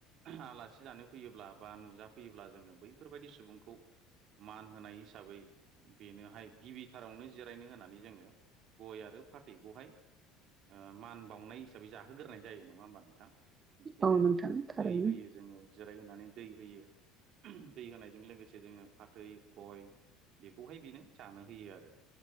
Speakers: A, on the right; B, on the right.
A: आलासि जानो फैयोब्ला बा नुजाफैयोब्ला जोङो बैफोरबायदि सुबुंखौ मान होनाय हिसाबै बेनोहाय गिबिथारावनो जिरायनो होनानै जोङो गय आरो फाथैखौहाय ओ मान बावनाय हिसाबै जाह होग्रोनाय जायो नङा होमबा नोंथां बिदिनो
B: औ नोंथां थारैनो
A: दै होयो जोङो। जिरायहोनानै दै होयो दै होनायजों लोगोसे जोङो फाथै गय बेखौहाय बेनो जानो होयो आरो।